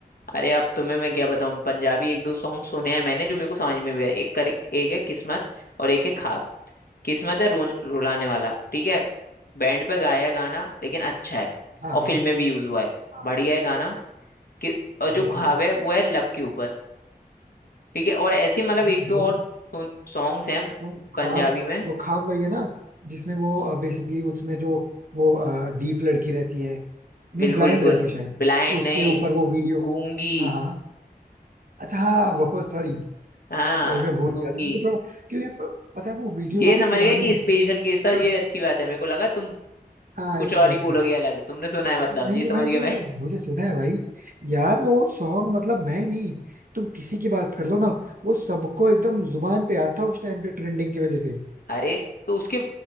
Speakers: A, on the left (about 70°); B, on the right (about 60°).
A: अरे अब तुम्हें मैं क्या बताऊं पंजाबी एक दो सॉन्ग सुने हैं मैंने जो मेरे को समझ में भी है एक कर एक है किस्मत और एक है ख्वाब किस्मत है रो, रुलाने वाला ठीक है बैंड पे गाया है गाना लेकिन अच्छा है
B: हाँ
A: और
B: हाँ
A: फिल्म में भी यूज हुआ है
B: हाँ
A: बढ़िया है गाना कि और जो
B: एग्जैक्टली
A: ख्वाब है वो है लव के ऊपर ठीक है और ऐसे मतलब
B: भाई
A: एक दो
B: वो
A: और सॉन्ग्स हैं
B: वो
A: पंजाबी
B: ख्वाब
A: में
B: वो ख्वाब वही है ना जिसमें वो बेसिकली उसमें जो वो डीफ लड़की रहती है नहीं
A: बिल्कुल
B: ब्लाइंड रहती है शायद
A: ब्लाइंड
B: उसके
A: नहीं
B: ऊपर वो वीडियो
A: गूंगी
B: हाँ हाँ अच्छा हाँ वो सॉरी
A: हाँ
B: भाई मैं भूल
A: गूंगी
B: गया था मुझे थोड़ा क्योंकि प- पता है वो वीडियो
A: ये
B: काफी
A: समझ
B: पुरानी
A: गए कि
B: है
A: स्पेशल केस
B: थोड़ा
A: था ये अच्छी बात है मेरे को लगा तुम
B: हाँ
A: कुछ
B: एग्जैक्टली
A: और ही बोलोगे
B: exactly.
A: अलग तुमने सुना है मतलब
B: नहीं
A: ये
B: नहीं
A: समझ
B: भाई
A: गया
B: नहीं
A: मैं
B: नहीं मुझे सुना है भाई यार वो सॉन्ग मतलब मैं ही नहीं तुम किसी की बात कर लो ना वो सबको एकदम जुबान पे आता था उस टाइम पे ट्रेंडिंग की वजह से
A: <laughs> अरे तो उसके